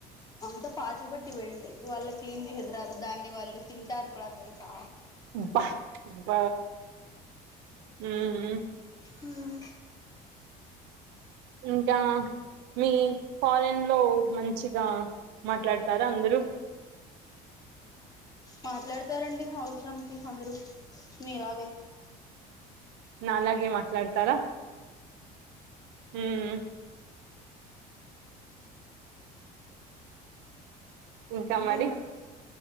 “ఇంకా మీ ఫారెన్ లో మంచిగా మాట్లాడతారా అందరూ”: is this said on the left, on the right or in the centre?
Right